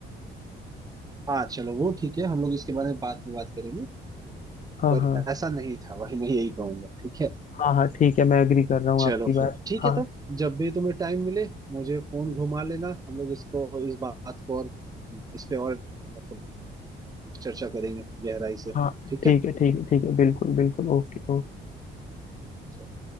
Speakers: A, on the right; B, on the left.
A: हाँ चलो वो ठीक है हम लोग इसके बारे में बाद में बात करेंगे
B: हाँ
A: पर
B: हाँ
A: ऐसा नहीं था भाई मैं यही कहूंगा ठीक है
B: हाँ हाँ ठीक है मैं एग्री कर रहा हूँ
A: चलो
B: आपकी बात
A: फिर ठीक
B: हाँ
A: है तब जब भी तुम्हें टाइम मिले मुझे फोन घुमा लेना हम लोग इसको इस बात को और इस पे और मतलब चर्चा करेंगे गहराई से
B: हाँ
A: ठीक
B: ठीक
A: है
B: है ठीक है ठीक है बिल्कुल बिल्कुल ओके ओके
A: चलो।